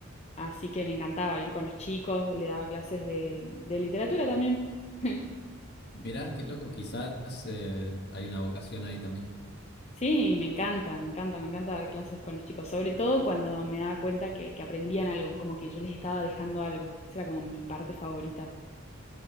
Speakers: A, on the left (about 30°); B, on the left (about 55°).
A: Así que me encantaba ir con los chicos, le daba clases de, de literatura también. <laughs>
B: Mirá, qué loco, quizás eh, hay una vocación ahí también.
A: Sí, me encanta, me encanta, me encanta dar clases con los chicos, sobre todo cuando me daba cuenta que, que aprendían algo, como que yo les estaba dejando algo. Esa era como mi parte favorita.